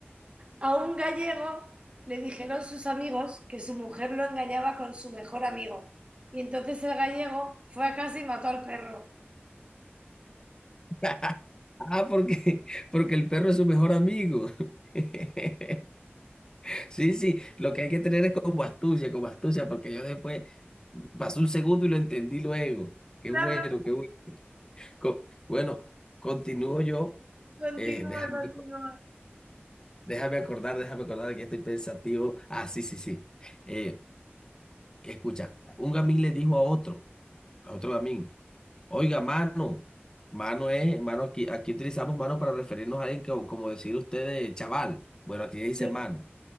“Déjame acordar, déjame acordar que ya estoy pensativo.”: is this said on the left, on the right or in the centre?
Left